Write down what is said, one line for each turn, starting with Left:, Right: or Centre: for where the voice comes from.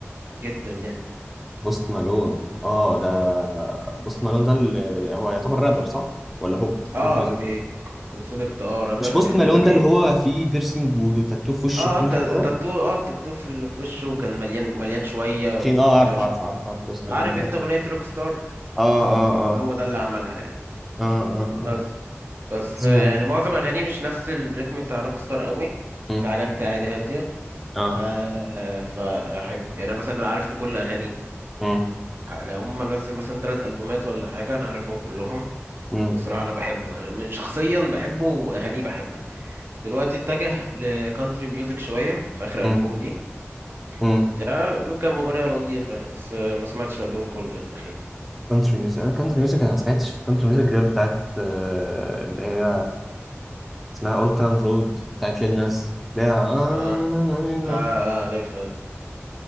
Right: جدا يعني
Centre: بوست مالون اه
Right: اه
Centre: ده بوست مالون ده اللي هو يعتبر رابر صح ولا بوب بوب
Right: اه
Centre: ميوزك
Right: كونسيدرت اه رابر
Centre: مش بوست
Right: يعني
Centre: مالون
Right: بيقول لك
Centre: ده اللي هو فيه بيرسينج وتاتو في وشه
Right: اه
Centre: في كل
Right: الت-
Centre: حته
Right: التاتو
Centre: ده
Right: اه التاتو في ال- في وشه كان مليان مليان شوية
Centre: تخين
Right: وبتاع
Centre: اه عارف
Right: وشبه
Centre: عارف عارف عارف بوست
Right: عارف
Centre: مالون
Right: انت
Centre: اه
Right: اغنية روك ستار
Centre: اه اه
Right: هو ده اللي عملها يعني
Centre: اه اه اه
Right: بس
Centre: اه
Right: بس
Centre: اسمها
Right: آه،
Centre: ايه
Right: يعني معظم اغانيه مش نفس الريتم بتاع روك ستار قوي
Centre: مم.
Right: في حاجات عادي هادية
Centre: اه
Right: آه فاحب يعني انا مثلا عارف لكل اغانيه
Centre: مم.
Right: لو هم منزل مثلا ثلاث البومات ولا حاجة انا عارفهم كلهم
Centre: مم.
Right: والصراحة انا بحبه من شخصيا بحبه واغانيه بحبها دلوقتي اتجه لكانتري ميوزك شوية في اخر
Centre: مم.
Right: البوم ليه
Centre: مم.
Right: وبتاع كام أغنية لطيفة يعني بس آه، ما سمعتش الألبوم كله يعني أخي
Centre: كونتري ميوزك انا كونتري ميوزك انا ما سمعتش في كونتري ميوزك غير بتاعت آه، اللي هي اسمها اولد تاون رود بتاعت ليل ناس اللي هي
Right: اه اه آه، عارف عارف